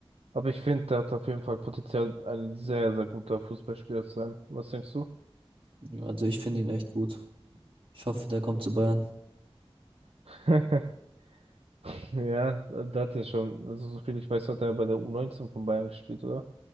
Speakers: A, on the right (about 80°); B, on the right (about 60°).
A: Aber ich finde, der hat auf jeden Fall Potenzial, ein sehr, sehr guter Fußballspieler zu sein. Was denkst du?
B: Also ich finde ihn echt gut. Ich hoffe, der kommt zu Bayern.
A: <laughs> Ja, da hat er schon, also so viel ich weiß, hat er bei der U19 von Bayern gespielt, oder?